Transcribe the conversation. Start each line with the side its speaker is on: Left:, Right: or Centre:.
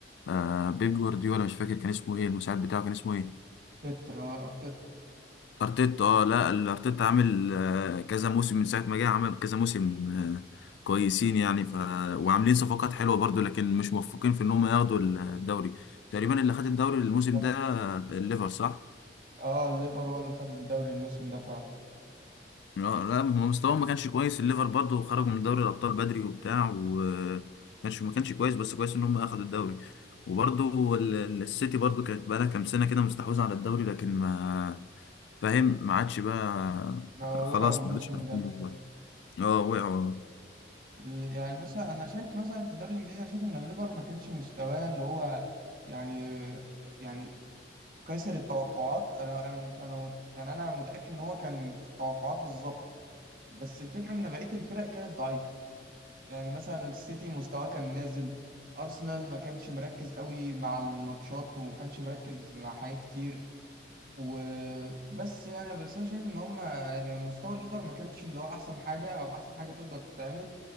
Left: آه، بيب جوارديولا مش فاكر كان اسمه ايه المساعد بتاعه كان اسمه ايه
Right: ارتيتا اه ارتيتا
Left: ارتيتا اه لا الارتيتا عامل آه، كذا موسم من ساعه ما جه عمل كذا موسم آه، كويسين يعني ف وعاملين صفقات حلوه برضو لكن مش موفقين في ان هم ياخدوا الدوري تقريبا اللي خد الدوري الموسم
Right: بالظبط.
Left: ده آه، الليفر صح
Right: اه الليفر هو اللي خد الدوري الموسم ده فعلا
Left: اه، لا هم مستواهم ما كانش كويس الليفر برضو خرجوا من دوري الابطال بدري وبتاع وما كانش ما كانش كويس بس كويس ان هم اخدوا الدوري وبرضو ال- ال- السيتي برضو كانت بقالها كام سنه كده مستحوذه على الدوري لكن ما فاهم ما عادش بقى
Right: آه
Left: آه،
Right: وقعوا
Left: خلاص
Right: الموسم
Left: ما عادش عارفين
Right: ده
Left: اه وقعوا
Right: ال- يعني مثلا انا شايف مثلا في الدوري الانجليزي انا شايف ان الليفر ما كانش مستواه اللي هو يعني يعني كسر التوقعات انا انا مت انا مت يعني انا متاكد ان هو كان في التوقعات بالظبط بس الفكره ان بقيه الفرق كانت ضعيفه يعني مثلا السيتي مستواه كان نازل ارسنال ما كانش مركز قوي مع الماتشات وما كانش مركز مع حاجات كتير وبس يعني بس انا شايف ان هم يعني مستوى الليفر ما كانش اللي هو احسن حاجه او احسن حاجه تقدر تتعمل